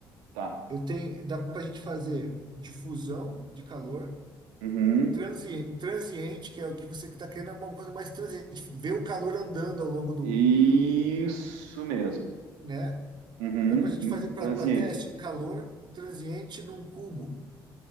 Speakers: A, on the right; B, on the right.
A: tá.
B: Eu tenho, dá para a gente fazer difusão de calor,
A: Uhum.
B: Transi, transiente, que é o que você está querendo, é uma coisa mais transiente. Ver o calor andando ao longo do,
A: Isso mesmo.
B: né?
A: Uhum.
B: Dá para a gente fazer para
A: Transiente.
B: teste calor transiente num cubo,